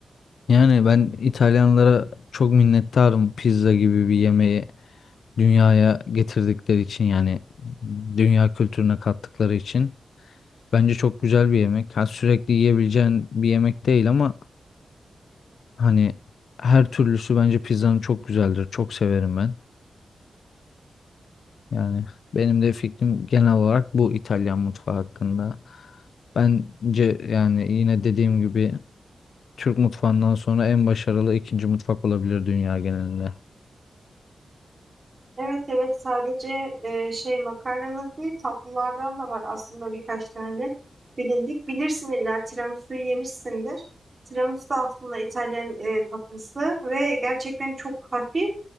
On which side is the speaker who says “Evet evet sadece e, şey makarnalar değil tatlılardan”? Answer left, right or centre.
Right